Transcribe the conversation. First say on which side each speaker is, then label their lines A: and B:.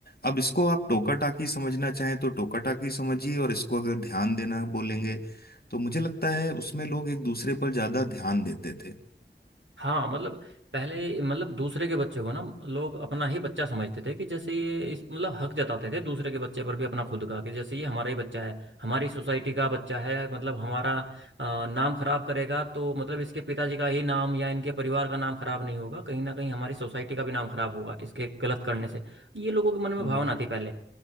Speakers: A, on the left (about 55°); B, on the right (about 80°).
A: अब इसको आप टोका टाकी समझना चाहें तो टोका टाकी समझिए और इसको अगर ध्यान देना बोलेंगे तो मुझे लगता है उसमें लोग एक दूसरे पर ज्यादा ध्यान देते थे
B: हाँ मतलब पहले मतलब दूसरे के बच्चे को ना लोग अपना ही बच्चा समझते थे कि जैसे ये इस मतलब हक जताते थे दूसरे के बच्चे पर भी अपना खुद का कि जैसे ये हमारा ही बच्चा है हमारी सोसाइटी का बच्चा है मतलब हमारा अ, नाम खराब करेगा तो मतलब इसके पिताजी का ही नाम या इनके परिवार का नाम खराब नहीं होगा कहीं ना कहीं हमारी सोसाइटी का भी नाम खराब होगा इसके गलत करने से ये लोगों के मन में
A: हम्म
B: भावना थी पहले